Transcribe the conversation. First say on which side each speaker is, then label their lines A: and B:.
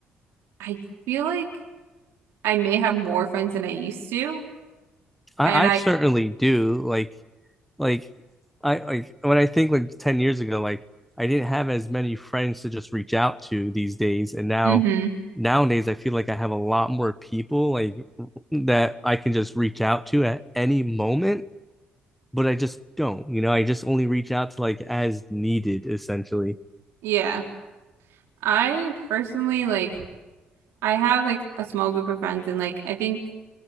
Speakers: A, on the right; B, in the centre.
A: I feel like I may have more friends than I used to.
B: I,
A: And I,
B: I certainly do like like I like when I think like 10 years ago, like I didn't have as many friends to just reach out to these days. And now
A: hmm
B: nowadays I feel like I have a lot more people like that I can just reach out to at any moment, but I just don't, you know, I just only reach out to like as needed essentially.
A: yeah. I personally like I have like a small group of friends and like I think